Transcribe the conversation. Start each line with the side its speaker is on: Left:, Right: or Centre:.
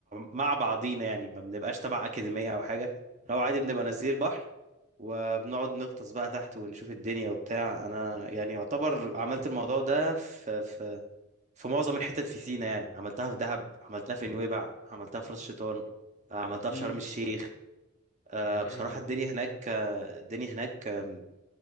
Right: مع بعضينا يعني ما بنبقاش تبع اكاديميه او حاجه لو عادي بنبقى نازلين البحر وبنقعد نغطس بقى تحت ونشوف الدنيا وبتاع انا يعني يعتبر عملت الموضوع ده في في في معظم الحتت في سينا يعني عملتها في دهب عملتها في نويبع عملتها في راس شيطان عملتها
Left: امم
Right: في شرم الشيخ آه،
Left: ده جامد
Right: بصراحة الدنيا هناك آه، الدنيا هناك آه،